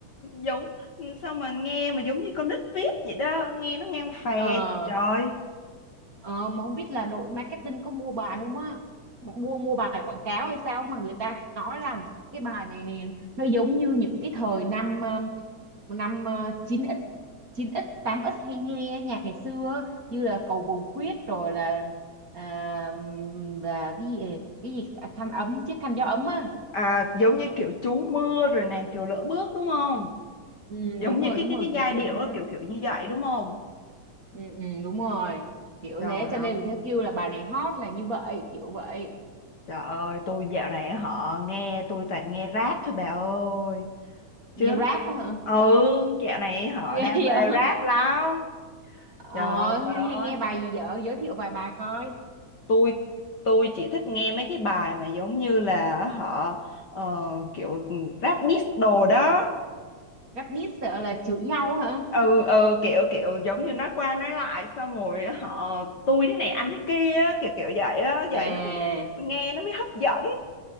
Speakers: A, on the left (about 50°); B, on the right (about 30°).
A: giống sao mà nghe mà giống như con nít viết vậy đó, nghe nó ngang phè
B: Ờ,
A: trời.
B: ờ, mà không biết là đội marketing có mua bài không á. Mua mua bài quảng cáo hay sao mà người ta nói rằng cái bài này nè, nó giống như những cái thời năm um, năm ờ, 9x 9x 8x hay nghe nhạc ngày xưa á, như là Cầu Vồng Khuyết rồi là à, ừm, và cái gì cái gì à, khăn ấm chiếc khăn gió ấm á
A: À giống như kiểu chú mưa rồi nàng kiều lỡ bước đúng không?
B: ừ,
A: Giống
B: đúng
A: như
B: rồi
A: cái
B: đúng
A: cái
B: rồi
A: cái
B: kiểu
A: giai
B: kiểu
A: điệu
B: thế
A: đó kiểu kiểu như vậy đúng không?
B: ừ, ừ, đúng rồi kiểu
A: Trời
B: thế cho nên
A: ơi,
B: vì thế kêu là bài này hot là như vậy kiểu vậy
A: trời ơi, tôi dạo này họ nghe tôi toàn nghe rap thôi bà ơi.
B: nghe
A: Chưa hả?
B: rap á hả
A: Ừ, dạo này họ
B: <laughs> ghê
A: đam
B: vậy
A: mê rap lắm.
B: ờ,
A: Trời
B: hay,
A: ơi,
B: hay nghe bài gì vợ giới thiệu vài bài coi
A: tôi tôi chỉ thích nghe mấy cái bài mà giống như là họ ờ, kiểu rap diss đồ đó.
B: rap diss sợ là chửi nhau hả
A: Ừ ừ kiểu kiểu giống như nói qua nói lại xong rồi họ tôi thế này anh thế kia á, kiểu kiểu vậy á,
B: à
A: vậy nó mới nghe nó mới hấp dẫn.